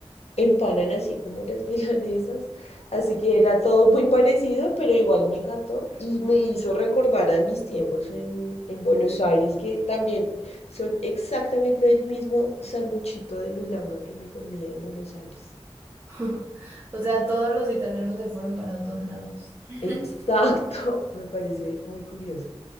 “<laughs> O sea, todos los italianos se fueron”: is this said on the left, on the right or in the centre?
Right